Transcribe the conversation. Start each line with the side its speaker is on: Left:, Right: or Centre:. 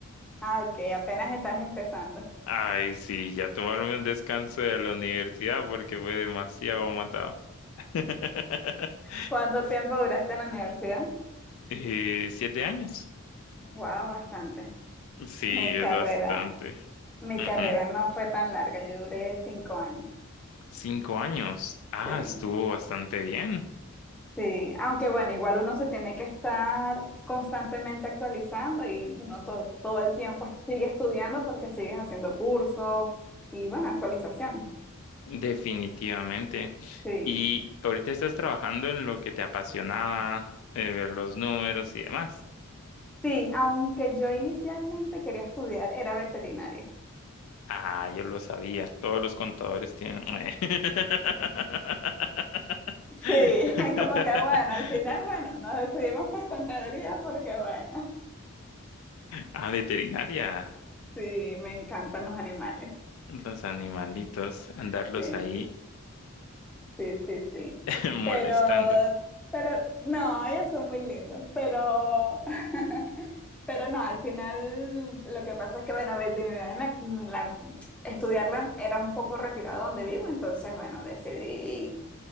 Centre: Ah, ok, apenas estás empezando.
Left: Ay, sí, ya tomarme un descanso de la universidad porque fue demasiado matado. <laughs>
Centre: ¿Cuánto tiempo duraste en la universidad?
Left: Eh, siete años.
Centre: Wow, bastante.
Left: Sí,
Centre: Mi carrera,
Left: es bastante.
Centre: mi
Left: Ujú.
Centre: carrera no fue tan larga, yo duré cinco años.
Left: Cinco años. Ah,
Centre: Sí,
Left: estuvo bastante bien.
Centre: sí. Aunque bueno, igual uno se tiene que estar constantemente actualizando y uno to- todo el tiempo sigue estudiando porque sigues haciendo cursos y bueno, actualizaciones.
Left: Definitivamente.
Centre: Sí.
Left: Y ahorita estás trabajando en lo que te apasionaba, eh, ver los números y demás.
Centre: Sí, aunque yo inicialmente quería estudiar, era veterinaria.
Left: Ah, yo lo sabía. Todos los contadores tienen. <laughs>
Centre: Sí, <laughs> como que bueno, al final, bueno, nos decidimos por contaduría porque bueno,
Left: Ah, veterinaria.
Centre: sí, me encantan los animales.
Left: Los animalitos, andarlos
Centre: Sí,
Left: ahí
Centre: sí, sí, sí.
Left: <laughs> molestando.
Centre: Pero, pero, no, ellos son muy lindos, pero, <laughs> pero no, al final lo que pasa es que bueno, veterinaria, me- la- estudiarla era un poco retirado donde vivo, entonces bueno, decidí